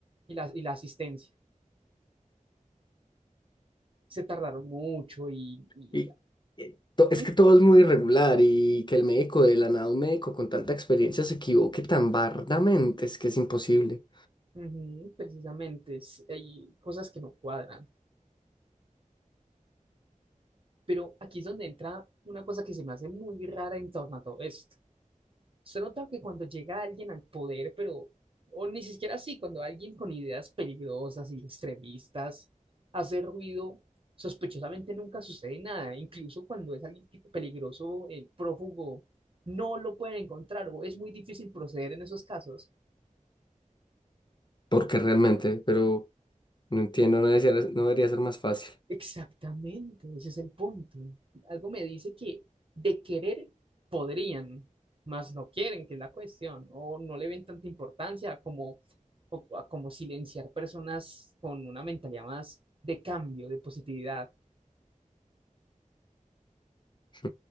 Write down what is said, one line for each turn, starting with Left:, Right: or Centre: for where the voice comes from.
Right: y la, y la asistencia. Se tardaron mucho y, y-
Left: Y eh, to- es
Right: ¿Mm?
Left: que todo es muy irregular y que el médico de la nada, un médico con tanta experiencia se equivoque tan bardamente, es que es imposible.
Right: Ujú, precisamente, es- hay cosas que no cuadran. Pero aquí es donde entra una cosa que se me hace muy rara en torno a todo esto. Se nota que cuando llega alguien al poder, pero, o ni siquiera así, cuando alguien con ideas peligrosas y extremistas hace ruido, sospechosamente nunca sucede nada. Incluso cuando es alguien que- peligroso, eh, prófugo, no lo pueden encontrar o es muy difícil proceder en esos casos.
Left: Porque realmente, pero no entiendo, no debería, no debería ser más fácil.
Right: Exactamente, ese es el punto. Algo me dice que de querer podrían, mas no quieren, que es la cuestión, o no le ven tanta importancia como, o- a como silenciar personas con una mentalidad más de cambio, de positividad.
Left: <laughs>